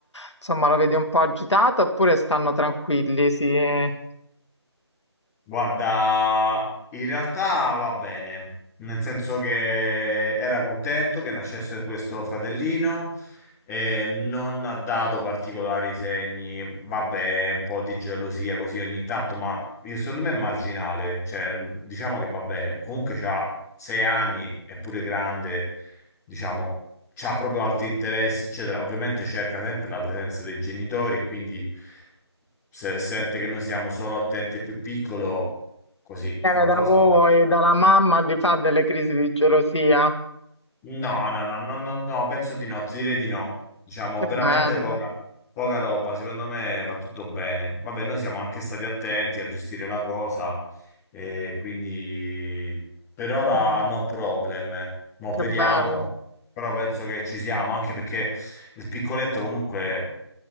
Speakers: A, on the left; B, in the centre.
A: Insomma, lo vedi un po' agitato oppure stanno tranquilli? Si... Viene
B: Guarda, in realtà va bene, nel senso che era contento che nascesse questo fratellino e non ha dato particolari segni, vabbè, un po' di gelosia così ogni tanto, ma io, secondo me è marginale, cioè diciamo che va bene. Comunque c'ha sei anni, è pure grande, diciamo, c'ha proprio alti interessi, eccetera. Ovviamente cerca sempre la presenza dei genitori, quindi se sente che noi siamo solo attenti al più piccolo, così qualcosa,
A: da voi, dalla mamma, gli fa delle crisi di gelosia.
B: No, no, no, no, no, no, penso di no, ti direi di no. Diciamo,
A: Che bello,
B: veramente poca, poca roba, secondo me va tutto bene. Vabbè, noi siamo anche stati attenti a gestire la cosa, e quindi per ora
A: Mm,
B: no problem. Mo'
A: che
B: vediamo,
A: bello.
B: però penso che ci siamo, anche perché il piccoletto comunque